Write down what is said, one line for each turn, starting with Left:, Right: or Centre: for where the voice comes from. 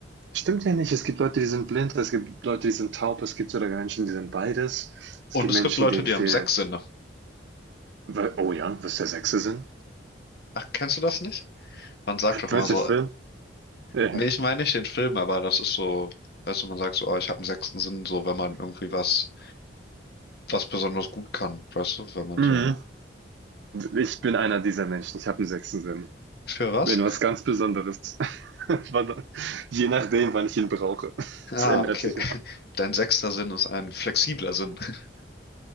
Right: stimmt ja nicht. Es gibt Leute, die sind blind, es gibt Leute, die sind taub, es gibt sogar Menschen, die sind beides. Es
Left: Und
Right: gibt
Left: es
Right: Menschen,
Left: gibt Leute,
Right: denen
Left: die
Right: fehlt
Left: haben sechs Sinne.
Right: wei oh ja, was ist der sechste Sinn?
Left: Ach, kennst du das nicht? Man sagt doch
Right: Du
Left: immer
Right: meinst
Left: so,
Right: den Film? Ja.
Left: Nee, ich meine nicht den Film, aber das ist so, weißt du, man sagt so, oh, ich habe einen sechsten Sinn, so wenn man irgendwie was, was besonders gut kann, weißt du, wenn man
Right: Mhm.
Left: so.
Right: ich bin einer dieser Menschen. Ich habe 'n sechsten Sinn.
Left: Für was?
Right: Wenn was ganz Besonderes. <laughs> Wann- Je nachdem, wann ich ihn brauche.
Left: Ah,
Right: Es ändert
Left: okay.
Right: sich
Left: <laughs>
Right: immer.
Left: Dein sechster Sinn ist ein flexibler Sinn. <laughs>